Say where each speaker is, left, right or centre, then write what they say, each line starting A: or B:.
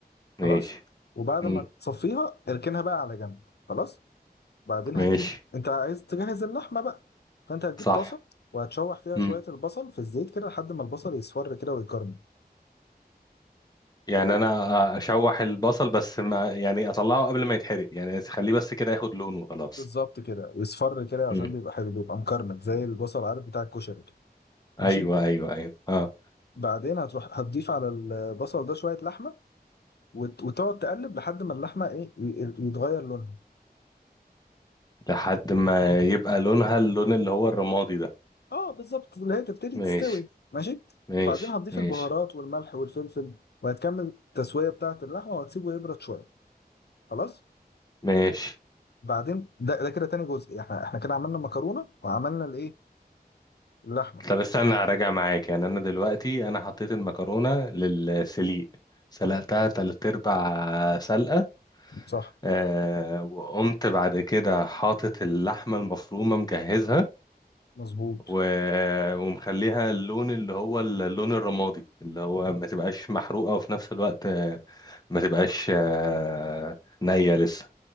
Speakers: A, on the left; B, on the left.
A: خلاص
B: ماشي
A: وبعد
B: مم،
A: ما تصفيها اركنها بقى على جنب خلاص بعدين
B: ماشي
A: هتجيب انت عايز تجهز اللحمه بقى فانت هتجيب
B: صح
A: طاسه وهتشوح فيها
B: مم.
A: شويه البصل في الزيت كده لحد ما البصل يصفر كده ويكرمل
B: يعني
A: حلو
B: انا اشوح البصل بس ما يعني اطلعه قبل ما يتحرق يعني اخليه بس كده ياخد لون وخلاص
A: بالظبط كده يصفر كده عشان
B: مم.
A: بيبقى حلو بيبقى مكرمل زي البصل عارف بتاع الكشري كده ماشي
B: ايوه ايوه ايوه اه
A: بعدين هتروح هتضيف على البصل ده شويه لحمه وت- وتقعد تقلب لحد ما اللحمه ايه ي- يتغير لونها
B: لحد ما يبقى لونها اللون اللي هو الرمادي ده
A: اه بالظبط اللي هي تبتدي
B: ماشي
A: تستوي ماشي
B: ماشي
A: بعدين هتضيف
B: ماشي
A: البهارات والملح والفلفل وهتكمل التسويه بتاعه اللحمه وهتسيبه يبرد شويه خلاص
B: ماشي
A: بعدين ده ده كده تاني جزء احنا احنا كده عملنا المكرونه وعملنا الايه اللحمه
B: طب استنى هراجع معاك يعني انا دلوقتي انا حطيت المكرونه للسليق سلقتها تلات ارباع سلقه
A: صح
B: آه وقمت بعد كده حاطط اللحمه المفرومه مجهزها
A: مظبوط
B: و... ومخليها اللون اللي هو اللون الرمادي اللي هو ما تبقاش محروقه وفي نفس الوقت آه، ما تبقاش آه، نيه لسه